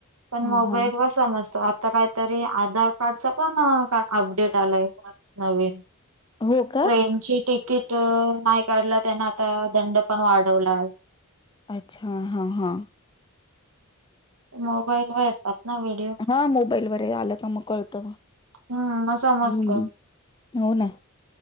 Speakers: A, on the right (about 80°); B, on the left (about 20°).
A: पण
B: हां,
A: मोबाईल
B: हां.
A: व समजतो आ आत काहीतरी आधार कार्डचा पण का अपडेट आलाय नवीन ट्रेनची
B: हो का?
A: तिकीट नाही काढला त्यांन आता दंड पण वाढवला आहे.
B: अच्छा हा हा.
A: मोबाईल वर येतात ना व्हिडिओ.
B: हां, मोबाईलवर हे आलं का मग कळतं मग.
A: हम्म समजत.
B: हं. हो ना.